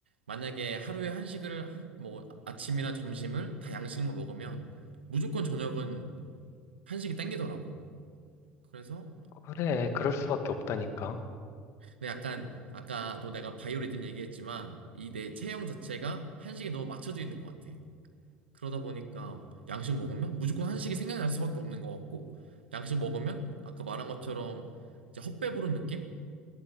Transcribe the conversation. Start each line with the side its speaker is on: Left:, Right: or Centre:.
Right: 만약에 하루에 한식을 한, 뭐 아침이나 점심을 다 양식만 먹으면 무조건 저녁은 한식이 땡기더라고. 그래서
Left: 그래, 그럴 수밖에 없다니까.
Right: 근데 약간 아까도 내가 바이오리듬 얘기했지만 이 내 체형 자체가 한식에 너무 맞춰져 있는 것 같아. 그러다 보니까 양식 먹으면 무조건 한식이 생각날 수밖에 없는 것 같고 양식 먹으면 아까 말한 것처럼 이제 헛배부른 느낌?